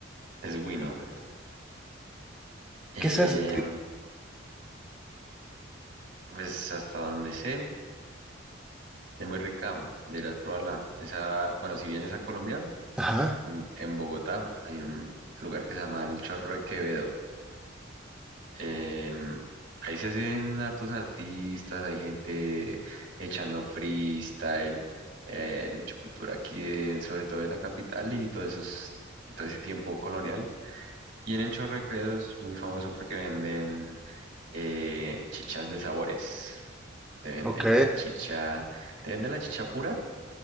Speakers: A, on the right; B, in the centre.
A: Es Wino. Eh,
B: ¿Qué es eso?
A: pues hasta donde sé, es muy rica. Deberás probarla. Esa, bueno, si vienes a Colombia,
B: Ajá,
A: en, en Bogotá hay un lugar que se llama El Chorro de Quevedo. Em, ahí se hacen hartos artistas, hay gente echando freestyle, eh, hay mucha cultura aquí, de- sobre todo de la capital y todo eso todo ese tiempo colonial. Y en el Chorrequedo es muy famoso porque venden eh, chichas de sabores. Te venden
B: ok.
A: la chicha, te venden la chicha pura,